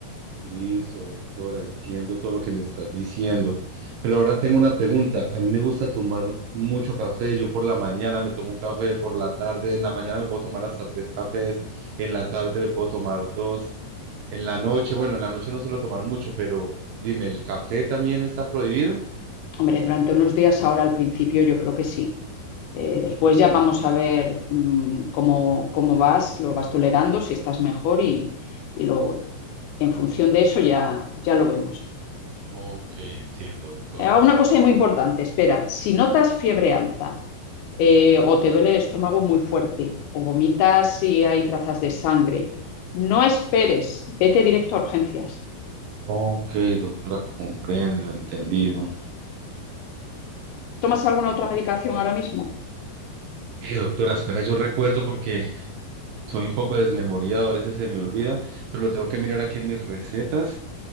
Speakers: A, on the right; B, on the left.
A: Listo, doctora, entiendo todo lo que me estás diciendo. Pero ahora tengo una pregunta. A mí me gusta tomar mucho café. Yo por la mañana me tomo un café, por la tarde, en la mañana me puedo tomar hasta tres cafés, en la tarde me puedo tomar dos, en la noche, bueno, en la noche no suelo tomar mucho, pero dime, ¿el café también está prohibido?
B: Hombre, durante unos días ahora al principio yo creo que sí. Eh, después ya vamos a ver mmm, cómo, cómo vas, lo vas tolerando, si estás mejor y, y lo, en función de eso ya, ya lo vemos.
A: Ok, entiendo, doctora.
B: Eh, una cosa muy importante, espera, si notas fiebre alta eh, o te duele el estómago muy fuerte, o vomitas y hay trazas de sangre. No esperes, vete directo a urgencias.
A: Ok, doctora, comprendo, entendido.
B: ¿Tomas alguna otra medicación ahora mismo?
A: Eh, doctora, espera, yo recuerdo porque Soy un poco desmemoriado, a veces se me olvida, pero lo tengo que mirar aquí en mis recetas.